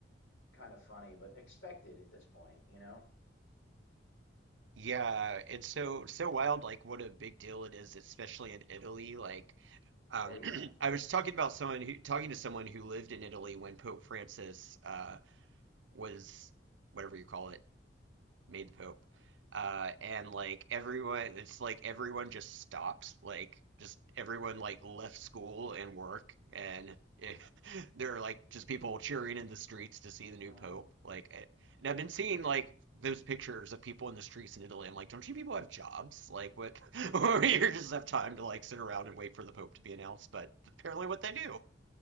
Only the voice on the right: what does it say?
Yeah, and so so wild like what a big deal it is, especially in Italy. Like um
<clears throat> I was talking about someone who talking to someone who lived in Italy when Pope Francis uh was whatever you call it made the Pope. Uh, and like everyone, it's like everyone just stops, like just everyone like left school and work, and it, <laughs> there are like just people cheering in the streets to see the new
Pope. Like, eh, and I've been seeing like those pictures of people in the streets in Italy. I'm like, don't you people have jobs? Like, what? <laughs> Or you just have time to like sit around and wait for the Pope to be announced? But apparently, what they do.